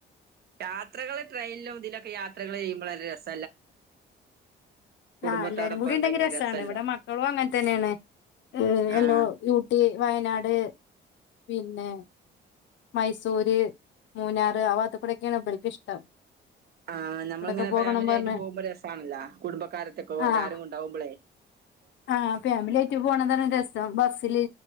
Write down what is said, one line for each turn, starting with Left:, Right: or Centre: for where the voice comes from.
Right: യാത്രകള് ട്രെയിനിലും ഇതിലൊക്കെ യാത്രകള് ചെയ്യുമ്പളല്ലെ രസ് കുടുംബത്തോടൊപ്പം
Left: ആഹ് എല്ലാരും കൂടി ഇണ്ടെങ്കി രസാണ്.
Right: രസല്ലേ
Left: ഇവിടെ മക്കളും അങ്ങനെ തന്നേണ്. ഉം
Right: ആഹ്
Left: എല്ലോ ഊട്ടി വയനാട് പിന്നെ മൈസൂര്. മൂന്നാറ് ആവാത്ത്ക്കൂടൊക്കേണ് ഇബൽക്ക് ഇഷ്ടം.
Right: ആ
Left: ഇവിടൊക്കെ
Right: നമ്മളിങ്ങനെ
Left: പോകണം
Right: ഫാമിലി
Left: പറഞ്ഞ്
Right: ആയിട്ട് പോവുമ്പോ രസാണല്ല കുടുംബക്കാരത്ത്ക്കു
Left: ആഹ്
Right: എല്ലാരും കൊണ്ടോവുമ്പളേ.
Left: ആഹ് ഫാമിലി ആയിട്ട് പോണതാണ് രസം ബസ്സില്